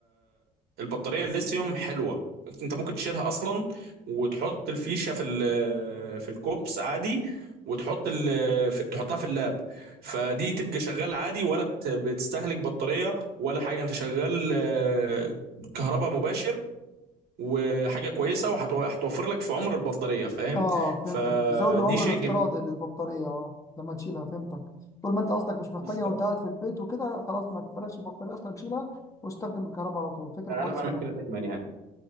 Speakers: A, on the right; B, on the left.
A: البطاريه الليثيوم حلوه انت ممكن تشيلها اصلا وتحط الفيشه في ال- في الكوبس عادي وتحط ال- في- تحطها في اللاب فدي تبقى شغال عادي ولا بت- بتستهلك بطاريه ولا حاجه انت شغال آه، كهرباء مباشر وحاجه كويسه وهتوفر لك في عمر البطاريه فاهم
B: اه
A: فدي
B: فهمتك تزود من عمر
A: شيء
B: الافتراضي
A: جميل
B: للبطارية اه لما تشيلها فهمتك طول ما انت قصدك مش محتاجها
A: بالظبط
B: وانت قاعد في البيت وكده خلاص ما تبلاش البطارية اصلا تشيلها واستخدم الكهرباء على طول فكرة
A: انا
B: كويسة
A: بعمل
B: فعلا
A: كده دايما يعني